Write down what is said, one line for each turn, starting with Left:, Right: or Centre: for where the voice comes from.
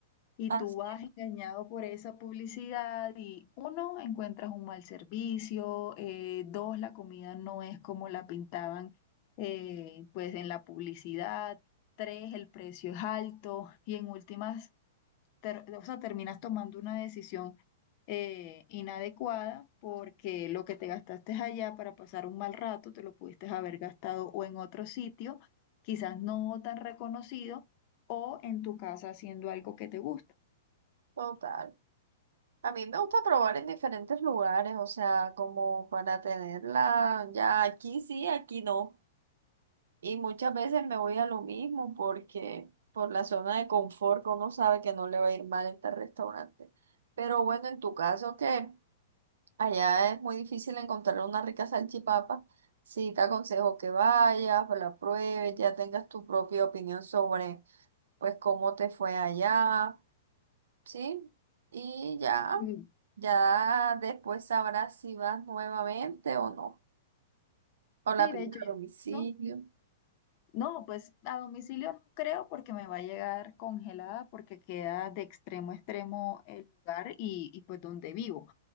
Left: Y
Right: Así
Left: tú vas
Right: es,
Left: engañado por esa publicidad y uno, encuentras un mal servicio, eh, dos, la comida no es como la pintaban eh, pues en la publicidad, tres, el precio es alto y en últimas, ter- o sea, terminas tomando una decisión eh, inadecuada porque lo que te gastaste allá para pasar un mal rato, te lo pudiste haber gastado o en otro sitio, quizás no tan reconocido, o en tu casa haciendo algo que te gusta.
Right: total. A mí me gusta probar en diferentes lugares, o sea, como para tenerla ya aquí sí, aquí no. Y muchas veces me voy a lo mismo porque por la zona de confort que uno sabe que no le va a ir mal en este restaurante. Pero bueno, en tu caso, ¿qué? Allá es muy difícil encontrar una rica salchipapa. Sí, te aconsejo que vayas, la pruebes, ya tengas tu propia opinión sobre, pues, cómo te fue allá, ¿sí? Y ya,
Left: Mm,
Right: ya después sabrás si vas nuevamente o no, o la
Left: Sí,
Right: pides
Left: de hecho, yo
Right: a domicilio.
Left: he visto. No, pues a domicilio no creo porque me va a llegar congelada porque queda de extremo a extremo el lugar y, y pues donde vivo.